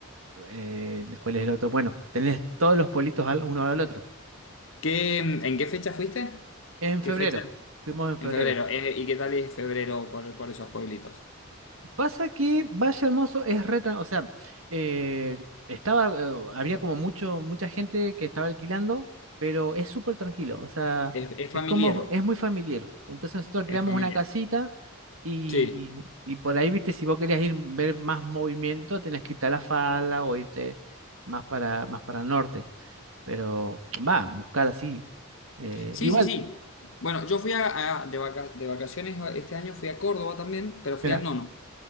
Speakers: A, on the right (about 70°); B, on the left (about 60°).
A: eh, ¿cuál es el otro? Bueno, tenés todos los pueblitos al- uno al otro.
B: ¿Qué, en qué fecha fuiste?
A: En febrero,
B: ¿Qué fecha?
A: fuimos en febrero.
B: En febrero. Eh, ¿y qué tal es febrero por, por esos pueblitos?
A: Pasa que Valle Hermoso es retra, o sea, eh, estaba, eh, había como mucho, mucha gente que estaba alquilando, pero es súper tranquilo, o sea,
B: Es, es
A: es
B: familiero.
A: como, es muy familiar. Entonces nosotros alquilamos
B: Es familiar.
A: una casita y,
B: Sí.
A: y por ahí, viste, si vos querías ir ver más movimiento, tenés que irte a la falda o irte más para, más para el norte. Pero va, buscar así. eh,
B: Sí,
A: igual,
B: sí, sí. Bueno, yo fui a, a- de, vaca- de vacaciones este año, fui a Córdoba también, pero fui
A: mira,
B: a Nono.